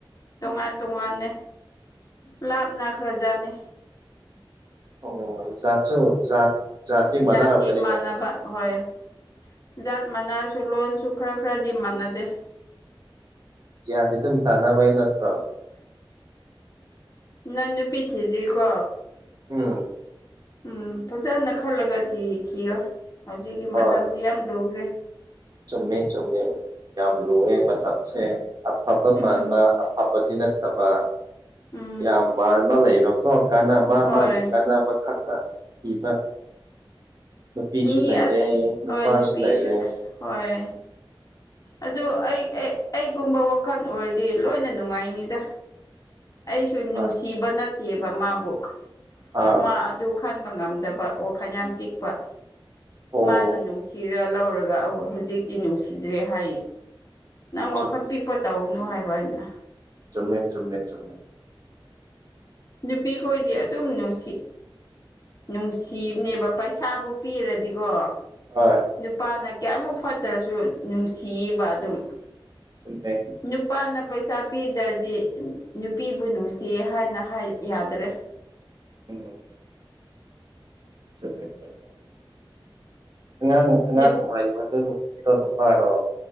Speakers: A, on the left; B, on the right.
A: ꯇꯣꯉꯥꯟ ꯇꯣꯉꯥꯟꯅꯦ ꯂꯥꯞꯅꯈ꯭ꯔꯖꯥꯠꯅꯤ
B: ꯑꯣ ꯖꯥꯠꯁꯨ ꯖꯥꯠ ꯖꯥꯠꯇꯤ
A: ꯖꯥꯇꯤ
B: ꯃꯥꯟꯅꯔꯝꯒꯅꯤꯗ
A: ꯃꯥꯟꯅꯕ ꯍꯣꯏ ꯖꯥꯠ ꯃꯥꯟꯅꯔꯁꯨ ꯂꯣꯟꯁꯨ ꯈꯔ ꯈꯔꯗꯤ ꯃꯥꯟꯅꯗꯦ
B: ꯒ꯭ꯥꯟ ꯌꯑꯗꯨꯝ ꯇꯥꯅꯕꯩ ꯅꯠꯇ꯭ꯔꯣ
A: ꯅ ꯅꯨꯄꯤ ꯊꯤꯗ꯭ꯔꯤꯀꯣ
B: ꯎꯝ
A: ꯎꯝ ꯐꯖꯅ ꯈꯜꯂꯒꯤ ꯊꯤ ꯊꯤꯌꯣ ꯍꯧꯖꯤꯛꯀꯤ
B: ꯍꯣꯏ
A: ꯃꯇꯝꯁꯤ ꯌꯥꯝ ꯂꯨꯈ꯭ꯔꯦ
B: ꯆꯨꯝꯃꯦ ꯆꯨꯝꯃꯦ ꯌꯥꯝ ꯂꯨꯋꯦ ꯃꯇꯝꯁꯦ ꯑꯐꯕ
A: ꯎꯝ
B: ꯃꯥꯟꯕ ꯑꯐꯕꯗꯤ ꯅꯠꯇꯕ
A: ꯎꯝ
B: ꯌꯥꯝ ꯃꯥꯟꯕ ꯂꯩꯕ ꯈꯀꯣ ꯀ ꯃꯥ
A: ꯍꯣꯏ
B: ꯃꯥꯒꯤ ꯀꯥꯅꯕ ꯈꯛꯇ ꯊꯤꯕ ꯅꯨꯄꯤꯁꯨ
A: ꯃꯤ
B: ꯂꯩꯔꯦ ꯅꯨꯄꯥꯁꯨ
A: ꯍꯣꯏ ꯅꯨꯄꯤꯁꯨ
B: ꯂꯩꯔꯦ
A: ꯍꯣꯏ ꯑꯗꯨ ꯑꯩ ꯑꯩꯒꯨꯝꯕ ꯋꯥꯈꯜ ꯑꯣꯏꯔꯗꯤ ꯂꯣꯏꯅ ꯅꯨꯡꯉꯥꯏꯅꯤꯗ ꯑꯩꯁꯨ ꯅꯨꯡꯁꯤꯕ
B: ꯑ
A: ꯅꯠꯇꯦꯕ ꯃꯥꯕꯨ
B: ꯑꯥ
A: ꯃꯥ ꯑꯗꯨ ꯈꯟꯕ ꯉꯝꯗꯕ ꯋꯥꯈ ꯌꯥꯝ ꯄꯤꯄ
B: ꯑꯣ
A: ꯃꯥꯅ ꯅꯨꯡꯁꯤꯔ ꯂꯧꯔꯒ ꯑꯧ ꯍꯧꯖꯤꯛꯇꯤ ꯅꯨꯡꯁꯤꯗ꯭ꯔꯦ ꯍꯥꯏ ꯅꯪ ꯋꯥꯈꯜ
B: ꯆꯨꯝꯃꯦ
A: ꯄꯤꯛꯄ ꯇꯧꯅꯨ ꯍꯥꯏꯕ ꯑꯩꯅ
B: ꯆꯨꯝꯃꯦ ꯆꯨꯝꯃꯦ ꯆꯨꯝꯃꯦ
A: ꯅꯨꯄꯤꯈꯣꯏꯗꯤ ꯑꯗꯨꯝ ꯅꯨꯡꯁꯤ ꯅꯨꯡꯁꯤꯕꯅꯦꯕ ꯄꯩꯁꯥꯕꯨ ꯄꯤꯔꯗꯤꯀꯣ
B: ꯍꯣꯏ
A: ꯅꯨꯄꯥꯅ ꯀꯌꯥꯃꯨꯛ ꯐꯠꯇ꯭ꯔꯁꯨ ꯅꯨꯡꯁꯤꯌꯦꯕ ꯑꯗꯨꯝ
B: ꯆꯨꯝꯃꯦ
A: ꯅꯨꯄꯥꯅ ꯄꯩꯁꯥ ꯄꯤꯗ꯭ꯔꯗꯤ ꯅꯨꯄꯤꯕꯨ ꯅꯨꯡꯁꯤꯌꯦ ꯍꯥꯏꯅ ꯍꯥꯏ ꯌꯥꯗ꯭ꯔꯦ
B: ꯎꯝ ꯆꯨꯝꯃꯦ ꯆꯨꯝꯃꯦ ꯅꯪ
A: ꯅꯨꯞ
B: ꯅꯪ ꯍꯥꯏꯕꯗꯨ ꯅꯨꯄꯤꯔꯣ ꯅꯨꯄꯥꯔꯣ